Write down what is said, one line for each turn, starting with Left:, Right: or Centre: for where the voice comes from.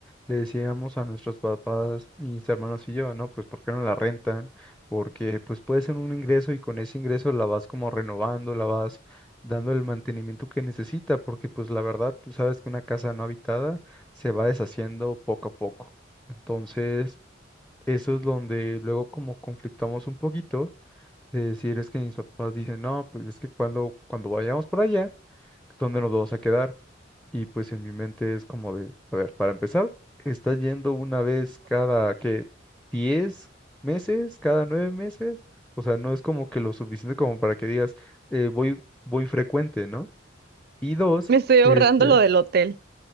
Centre: le decíamos a nuestros papás, mis hermanos y yo, ¿no? Pues, ¿por qué no la rentan? Porque, pues, puede ser un ingreso y con ese ingreso la vas como renovando, la vas dando el mantenimiento que necesita, porque, pues, la verdad, tú sabes que una casa no habitada se va deshaciendo poco a poco. Entonces... Eso es donde luego como conflictamos un poquito de decir es que mis papás dicen, no, pues es que cuando, cuando vayamos por allá, ¿dónde nos vamos a quedar? Y pues en mi mente es como de, a ver, para empezar, estás yendo una vez cada, ¿qué? diez meses, cada nueve meses, o sea, no es como que lo suficiente como para que digas, eh, voy, voy frecuente, ¿no? Y dos,
Right: Me estoy ahorrando
Centre: este,
Right: lo del hotel.